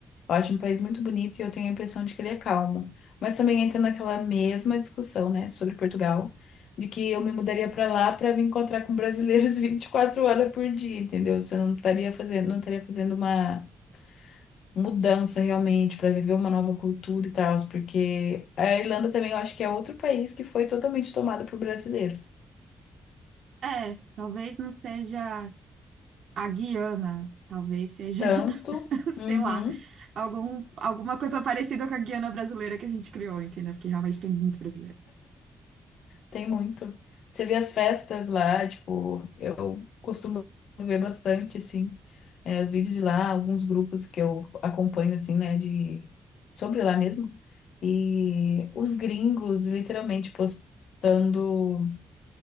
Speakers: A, on the left; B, on the right.
A: Eu acho um país muito bonito e eu tenho a impressão de que ele é calmo. Mas também entra naquela mesma discussão, né, sobre Portugal, de que eu me mudaria pra lá pra me encontrar com brasileiros <laughs> 24 horas por dia, entendeu? Você não estaria fazendo, não estaria fazendo uma mudança realmente para viver uma nova cultura e tal, porque a Irlanda também eu acho que é outro país que foi totalmente tomado por brasileiros.
B: É, talvez não seja a Guiana, talvez seja,
A: Tanto,
B: <laughs> sei
A: uhum,
B: lá, algum, alguma coisa parecida com a Guiana brasileira que a gente criou, entendeu? Porque realmente tem muito brasileiro.
A: tem muito. Você vê as festas lá, tipo, eu costumo ver bastante assim, é, os vídeos de lá, alguns grupos que eu acompanho assim, né, de sobre lá mesmo. E os gringos literalmente postando